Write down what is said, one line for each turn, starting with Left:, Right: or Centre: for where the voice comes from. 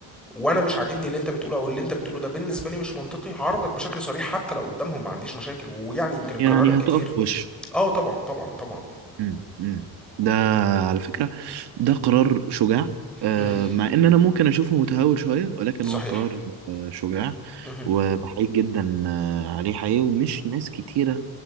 Centre: وأنا مش عاجبني اللي أنت بتقوله أو اللي أنت بتقوله ده بالنسبة لي مش منطقي هعارضك بشكل صريح حتى لو قدامهم ما عنديش مشاكل ويعني يمكن اتكررت
Right: يعني
Centre: كتير
Right: هتقف في وشه
Centre: اه طبعا طبعا طبعا
Right: مم. مم. ده على فكرة ده قرار شجاع آه،
Centre: مم.
Right: مع ان انا ممكن اشوفه متهور شوية ولكن
Centre: صحيح
Right: هو قرار آه، شجاع
Centre: اهم،
Right: وبحييك جدا آه، عليه حقيقي ومش ناس كتيرة